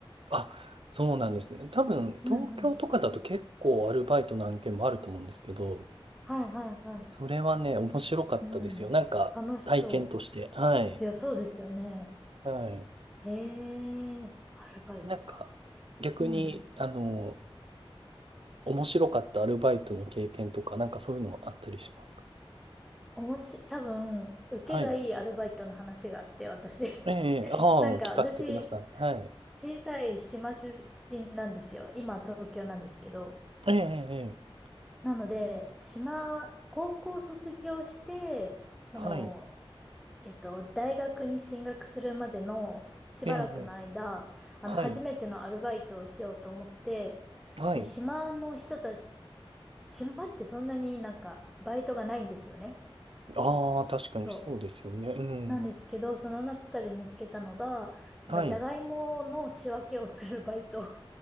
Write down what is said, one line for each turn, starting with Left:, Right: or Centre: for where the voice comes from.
Right: あ、そうなんです。多分、
Centre: うんうん。
Right: 東京とかだと結構アルバイトの案件もあると思うんですけど、
Centre: はいはいはい。
Right: それはね、面白かったですよ。
Centre: うん。
Right: なんか、
Centre: 楽しそう。
Right: 体験として。はい。
Centre: いや、そうですよね。
Right: はい。
Centre: へえ、アルバイトか。
Right: なんか、逆に、
Centre: うん。
Right: あの、面白かったアルバイトの経験とか、なんかそういうのあったりしますか
Centre: おもし、多分、受けがいいアルバイトの話があって、
Right: はい。
Centre: 私。<laughs>
Right: ええ、ええああ、
Centre: なんか、
Right: 聞かせてください。
Centre: 私、
Right: はい。
Centre: 小さい島出身なんですよ。今、東京なんですけど。
Right: ええ、ええ、ええ
Centre: なので、島、高校卒業して、その、
Right: はい。
Centre: えっと、大学に進学するまでのしばらくの間、
Right: ええ、ええ
Centre: あの、
Right: はい。
Centre: 初めてのアルバイトをしようと思って、
Right: はい。
Centre: で、島の人たち、島ってそんなになんか、バイトがないんですよね。
Right: ああ、確かにそうですよね。
Centre: そ
Right: うん。
Centre: う。なんですけど、その中で見つけたのが、なんか、
Right: はい。
Centre: じゃがいもの仕分けをするバイト